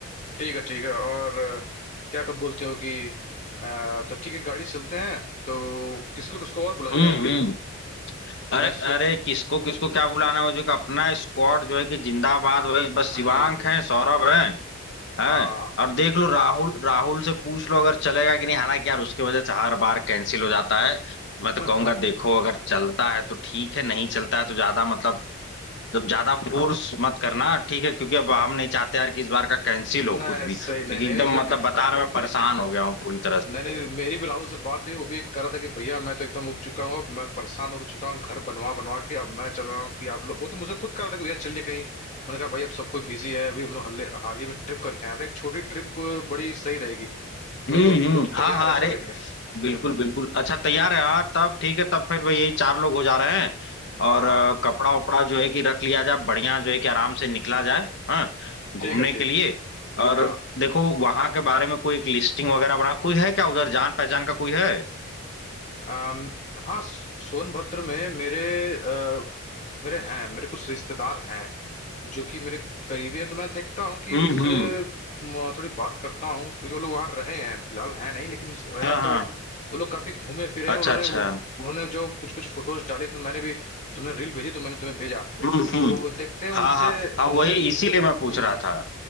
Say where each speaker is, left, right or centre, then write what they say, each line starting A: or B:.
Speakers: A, on the left; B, on the left.
A: ठीक है ठीक है और अ, क्या कब बोलते हो कि अ, तो ठीक है गाड़ी से चलते हैं तो किसको किसको और बुला
B: हम्म
A: जाए
B: हम्म अरे
A: मैं सोच
B: अरे किसको किसको क्या बुलाना है वो जो कि अपना स्क्वाड जो है कि जिंदाबाद वही
A: हम्म,
B: बस शिवांक है सौरभ है हाँ
A: हाँ
B: और देख लो राहुल राहुल से पूछ लो अगर चलेगा कि नहीं हालांकि यार उसके वजह से हर बार कैंसिल हो जाता है तो
A: <laughs>
B: मैं तो कहूंगा देखो अगर चलता है तो ठीक है नहीं चलता है तो ज्यादा मतलब जब ज्यादा फोर्स मत करना ठीक है क्योंकि अब हम नहीं चाहते यार कि इस बार का कैंसिल
A: नहीं
B: हो कुछ भी क्योंकि
A: सही नहीं नहीं
B: एकदम
A: नहीं इसमें
B: मतलब
A: क-
B: बता रहा मैं परेशान हो गया हूँ पूरी तरह से
A: नहीं नहीं मेरी भी राहुल से बात हुई वो भी कह रहा था कि भैया मैं तो एकदम उब चुका हूँ अब मैं परेशान हो चुका हूँ घर बनवा बनवा के अब मैं चल रहा हूँ कि आप लोग वो तो मुझे खुद कह रहा था कि भैया चलिए कहीं मैंने कहा भाई अब सब कोई बिजी है अभी हम लोग हल्ले- हाल ही में ट्रिप करके आया था एक छोटी ट्रिप बड़ी सही रहेगी तो
B: हम्म
A: तो
B: हम्म
A: वो तो
B: हाँ
A: तैयार
B: हाँ
A: है चलने
B: अरे
A: के लिए
B: बिल्कुल
A: हम्म
B: बिल्कुल अच्छा तैयार है हाँ तब ठीक है तब फिर भाई यही चार लोग हो जा रहे हैं
A: हाँ
B: और अ, कपड़ा उपड़ा जो है कि रख लिया जाए बढ़िया जो है कि आराम से निकला जाए हाँ घूमने
A: ठीक है
B: के
A: ठीक
B: लिए और
A: हाँ
B: देखो वहां के बारे में कोई एक लिस्टिंग वगैरह बना कोई है क्या उधर जान पहचान का कोई है
A: अम, हाँ सो- सोनभद्र में मेरे अ, मेरे हैं मेरे कुछ रिश्तेदार हैं जो कि मेरे करीबी हैं तो मैं देखता हूँ कि
B: हम्म
A: उनसे
B: हम्म
A: म, थोड़ी बात करता हूँ क्योंकि वो लोग वहाँ रहे हैं फिलहाल हैं नहीं लेकिन रहे
B: हाँ
A: हैं तो
B: हाँ
A: वो लोग काफी घूमे फिरे
B: अच्छा
A: हैं उन्होंने
B: अच्छा
A: वो उन्होंने जो कुछ कुछ फोटोज डाले तो मैंने भी तुमने रील भेजी तो मैंने तुम्हें भेजा
B: हम्म हम्म
A: तो देखते हैं उनसे
B: हाँ हाँ हाँ
A: उनसे
B: वही इसीलिए मैं
A: हम्म,
B: पूछ रहा था